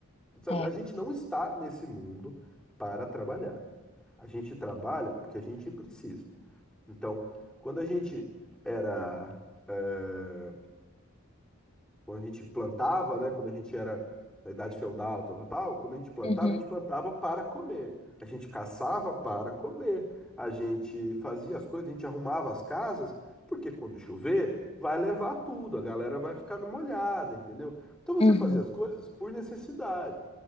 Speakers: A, in the centre; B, on the left.
A: Sabe,
B: É.
A: a gente não está nesse mundo para trabalhar. A gente trabalha porque a gente precisa. Então, quando a gente era, eh, quando a gente plantava, né, quando a gente era na idade feudal, tal, tal, tal, quando a gente plantava,
B: Uhum.
A: a gente plantava para comer. A gente caçava para comer. A gente fazia as coisas, a gente arrumava as casas, porque quando chover, vai levar tudo, a galera vai ficar molhada, entendeu? Então você
B: Uhum.
A: fazia as coisas por necessidade.